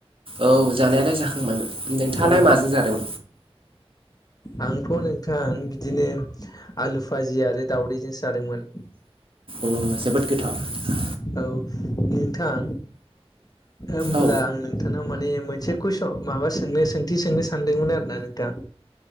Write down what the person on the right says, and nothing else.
औ जानायालाय जाखांबायमोन नोंथाङालाय
माजों जादों?
अ जोबोद गोथाव
औ